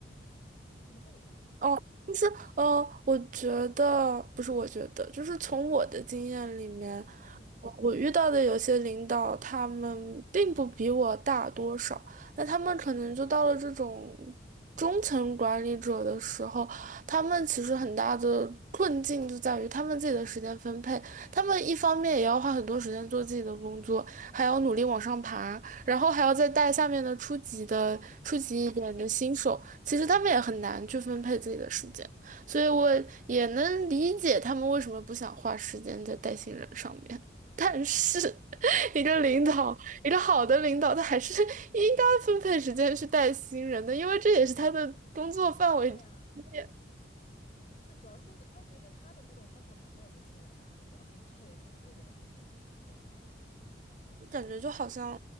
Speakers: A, on the left; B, on the right.
A: 没事你，
B: 哦，就是呃，我觉得不是，我觉得就是从我的经验里面，
A: 嗯，
B: 我我遇到的有些领导，他们并不比我大多少，那他们可能就到了这种中层管理者的时候，他们其实很大的困境就在于他们自己的时间分配，他们一方面也要花很多时间做自己的工作，还要努力往上爬，然后还要再带下面的初级的、初级一点的新手，其实他们也很难去分配自己的时间，所以我也能理解他们为什么不想花时间在带新人上面。但是，<laughs> 一个领导，一个好的领导，他还是应该分配时间去带新人的，因为这也是他的工作范围之
A: 对啊，
B: 一。
A: 是主要是问题是他的不懂，他怎么带一个新人呢？主要是这个是这个问题，是对。
B: 感觉就好像，